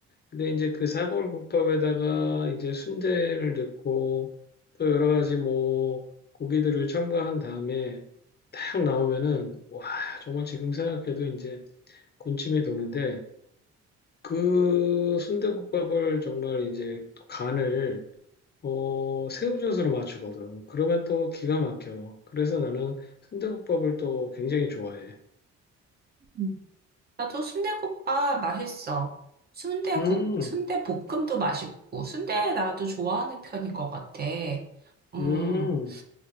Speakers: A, on the left; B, on the right.
A: 근데 이제 그 사골국밥에다가 이제 순대를 넣고, 또 여러 가지 뭐, 고기들을 첨가한 다음에, 딱 나오면은, 와, 정말 지금 생각해도 이제 군침이 도는데, 그 순대국밥을 정말 이제 또 간을 어, 새우젓으로 맞추거든. 그러면 또 기가 막혀. 그래서 나는 순대국밥을 또 굉장히 좋아해.
B: 음. 나도 순대국밥 맛있어. 순대국,
A: 음,
B: 순대볶음도 맛있고, 순대 나도 좋아하는 편인 것 같아. 음,
A: 음,